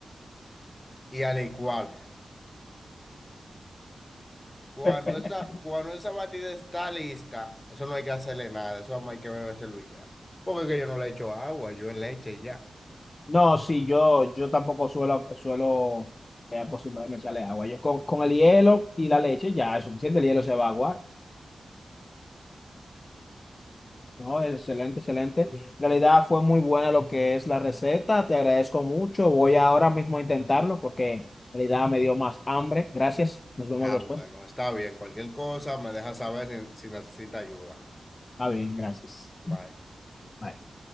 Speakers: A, on the left; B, on the left.
A: y al igual. Cuando
B: <laughs>
A: esa, cuando esa batida está lista, eso no hay que hacerle nada, eso nada más hay que bebérselo y ya. Porque es que yo no le echo agua, yo leche y ya.
B: No, sí, yo, yo tampoco suelo, suelo eh, acostumbrarme a echarle agua. Yo con, con el hielo y la leche ya es suficiente, el hielo se va a aguar. No, excelente, excelente. En realidad fue muy buena lo que es la receta. Te agradezco mucho. Voy ahora mismo a intentarlo porque en realidad me dio más hambre. Gracias. Nos vemos
A: Ah,
B: después.
A: bueno, está bien. Cualquier cosa me deja saber si si necesita ayuda.
B: Ah, bien, gracias.
A: Bye.
B: Bye.